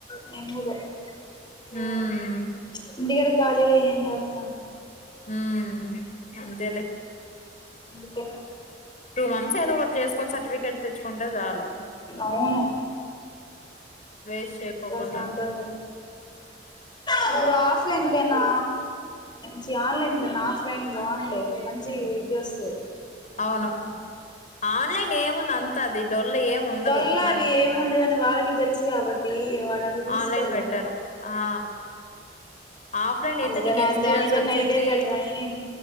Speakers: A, on the left; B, on the left.
A: నేను కూడా పోల
B: ఉమ్
A: ఇంటికాడ కాలిగా ఏమ్ చేస్తం
B: హుమ్ అం అంతేలే
A: అందుకే
B: టూ మంత్స్ ఎదో ఒకటి చేస్కొని సర్టిఫికేట్ టిక్కెట్ తెచ్చుకుంటే చాలు
A: అవును
B: వేస్ట్ చేయ్ కోకుండా
A: ప్రశాంతంగా అప్పుడు ఆఫ్లైన్ కన్నా చీ ఆన్లైన్ ఆన్లైన్ కన్నా ఆఫ్లైన్ బాగుండేది మంచి ఇది వస్తది
B: అవును ఆన్లైన్ ఏముంది అంత అది డొల్ల ఏమి ఉండదు
A: డొల్ల
B: మనకి
A: అవి ఏం ఉండదని వాళ్ళకి తెలుసు కాబట్టి వాడు అంత తీసుకోడు
B: ఆన్లైన్ పెట్టారు
A: దాన్ని
B: ఆ ఆఫ్లైన్
A: అందుకని
B: అయితే నీకు ఎక్స్పీరియన్స్
A: దానికన్నా
B: వచ్చిది
A: ఇదే బెటర్ అని